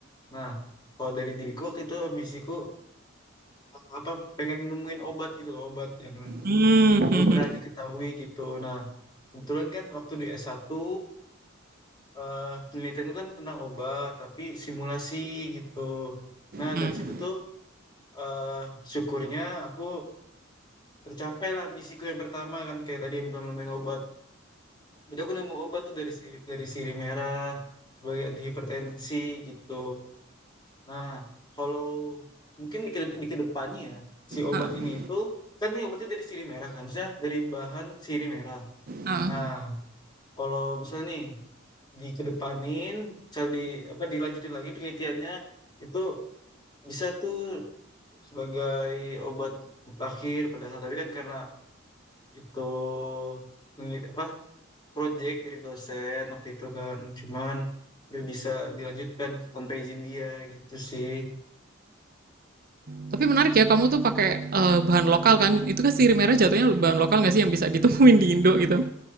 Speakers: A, on the left; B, on the right.
A: Nah, kalau dari diriku waktu itu ambisiku apa pengen nemuin obat gitu loh obat yang
B: mmm,
A: belum
B: mhm,
A: pernah diketahui gitu nah kebetulan kan waktu di S1 eh, penelitian itu kan tentang obat tapi simulasi gitu nah
B: mmm,
A: dari situ tuh eh, syukurnya aku tercapai lah ambisiku yang pertama kan kayak tadi yang belum nemuin obat jadi aku nemu obat tuh dari si- dari sirih merah sebagai anti hipertensi gitu Nah, kalau mungkin di, ke- di kedepannya ya, si obat
B: heeh
A: ini itu, kan ini obatnya dari sirih merah kan, maksudnya dari bahan sirih merah.
B: heeh.
A: Nah, kalau misalnya nih, dikedepanin, misal di, apa, dilanjutin lagi penelitiannya, itu bisa tuh sebagai obat akhir padahal, tapi kan karena itu penelit- apa, project dari dosen waktu itu kan, cuman gak bisa dilanjutkan tanpa izin dia gitu sih.
B: Tapi menarik ya kamu tuh pakai, eee, bahan lokal kan? Itu kan sirih merah jatuhnya bahan lokal nggak sih yang bisa ditemuin di Indo gitu?